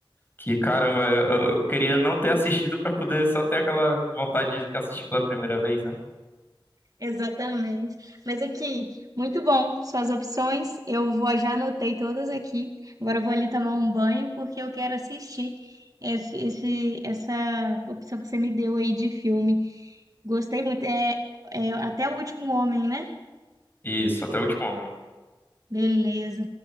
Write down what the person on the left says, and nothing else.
que, caramba, eu, eu queria não ter assistido pra poder só ter aquela vontade de assistir pela primeira vez, né?
Isso, até o último homem.